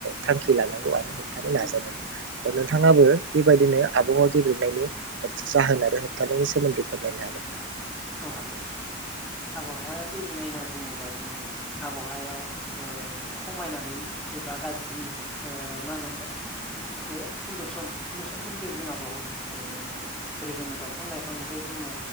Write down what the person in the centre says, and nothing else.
औ नोंथां औ
औ हागोन नोंथां आबहावाया गेब्रेंनाय होनना बुङोब्ला जोङो आबहावायाव ओ ओ खमायनानै एबा गाज्रि ओ मा होनो ओम खो पुलुसन पलुसनफोरनिफ्रायबो जोंहा बहद <unintelligible> नुनो मोनो जेरै जोङो दंफां लाइफांनिफायबो जोङो